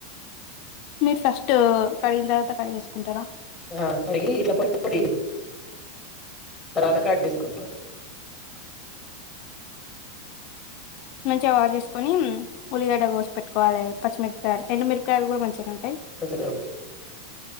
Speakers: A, on the left (about 55°); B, on the left (about 15°).
A: మీరు ఫస్ట్ కడిగిన తర్వాత కడిగేసుకుంటారా
B: ఆ కడిగి వీట్లా పోయి పోడి తర్వాత కట్ జేసుకుంటాం
A: మంచిగా వా చేేసుకొని ఉల్లిగడ్డ కోోసి పెట్టుకోవాలి పచ్చిమిరపకాయలు ఎండుమిరకాయలు కూడా మంచిగా ఉంటుయి
B: మంచిగనే ఉంటాయి.